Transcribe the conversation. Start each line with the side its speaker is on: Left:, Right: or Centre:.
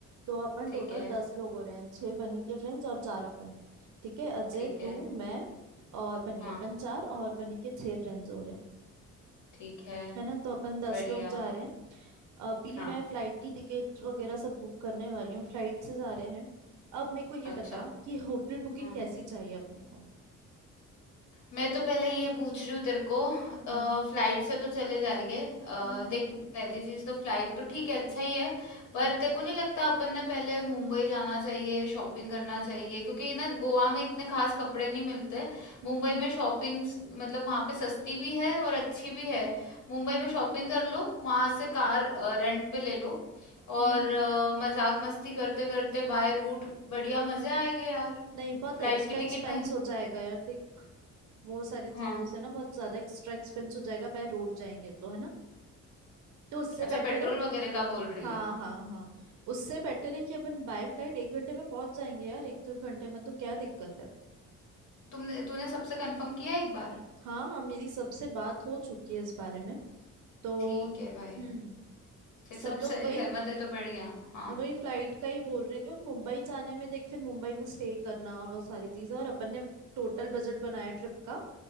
Right: तो अपन
Left: ठीक
Right: टोटल
Left: है
Right: दस लोग हो रहे हैं छह बनी के फ्रेंड्स और चार अपन ठीक है अजय
Left: ठीक
Right: तू
Left: है
Right: मैं और बनी
Left: हाँ
Right: अपन चार और बनी के छह फ्रेंड्स हो रहे हैं
Left: ठीक है
Right: है ना तो अपन दस
Left: बढ़िया
Right: लोग जा रहे हैं अभी
Left: हाँ
Right: मैं फ्लाइट की टिकट वगैरह सब बुक करने वाली हूँ फ्लाइट से जा रहे हैं अब मेरे को ये
Left: अच्छा
Right: बता कि होटल बुकिंग
Left: हाँ
Right: कैसी चाहिए अपने को
Left: मैं तो पहले ये पूछ रही हूँ तेरे को फ्लाइट
Right: हम्म
Left: से तो चले जाएंगे अ,
Right: हम्म हम्म
Left: देख पहली चीज तो फ्लाइट तो ठीक है अच्छा ही है
Right: हम्म
Left: पर तेरे को नहीं लगता अपन ने पहले मुंबई जाना चाहिए शॉपिंग करना चाहिए क्योंकि ना गोवा में इतने खास कपड़े नहीं मिलते
Right: हम्म
Left: मुंबई
Right: हम्म
Left: में शॉपिंग मतलब वहाँ पे सस्ती भी है और अच्छी भी है मुंबई में शॉपिंग कर लो वहाँ से कार रेंट पे ले लो और
Right: हम्म। हम्म।
Left: अ, मजाक मस्ती करते करते बाय रूट बढ़िया मजे आएंगे यार
Right: नहीं बहुत
Left: फ्लाइट
Right: एक्स्ट्रा
Left: की
Right: एक्सपेंस
Left: टिकट में
Right: हो जाएगा यार देख वो सारी
Left: हाँ
Right: चीजों से ना बहुत ज्यादा एक्स्ट्रा एक्सपेंस हो जाएगा बाय रोड जाएंगे तो है ना तो उससे
Left: अच्छा
Right: बेटर
Left: पेट्रोल
Right: है
Left: वगैरह का बोल रही
Right: हाँ
Left: है
Right: हाँ हाँ उससे बेटर है कि अपन बाय फ्लाइट एक घंटे में पहुंच जाएंगे यार एक डेढ़ घंटे में तो क्या दिक्कत है
Left: तुमने तूने सबसे कंफर्म किया एक बार
Right: हाँ हाँ मेरी सबसे बात हो चुकी है इस बारे में तो
Left: ठीक है भाई
Right: हम्म
Left: फिर
Right: सब
Left: सब
Right: लोग
Left: सह,
Right: वही
Left: सहमत है तो बढ़िया हाँ
Right: वही फ्लाइट का ही बोल रहे हैं कि और मुंबई जाने में देख फिर मुंबई में स्टे करना और वो सारी चीजें और अपन ने टोटल बजट बनाया ट्रिप का